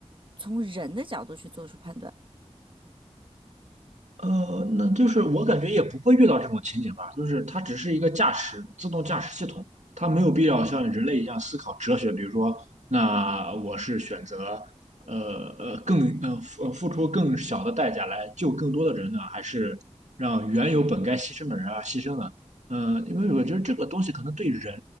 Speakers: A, on the right; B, on the right.
A: 从人的角度去做出判断。
B: 呃，那就是我感觉也不会遇到这种情景吧，就是它只是一个驾驶自动驾驶系统，它没有必要像人类一样思考哲学，比如说，那我是选择呃呃更呃付呃付出更小的代价来救更多的人呢，还是让原有本该牺牲的人啊牺牲呢？嗯、因为我觉得这个东西可能对人